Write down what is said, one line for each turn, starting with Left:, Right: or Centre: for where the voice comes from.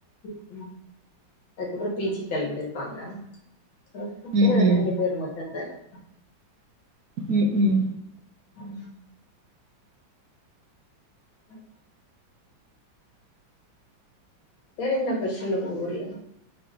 Left: <unintelligible> ம் அதுக்கப்ற பி ஜி கெளம்பிருப்பாங்க <unintelligible>
Right: ம் ம்
Left: ரெண்டு பேரு மட்டுந்தா இருப்பாங்க
Right: உம் உம்
Left: ம் உம் வேறென்ன பெஷல் உங்க ஊர்ல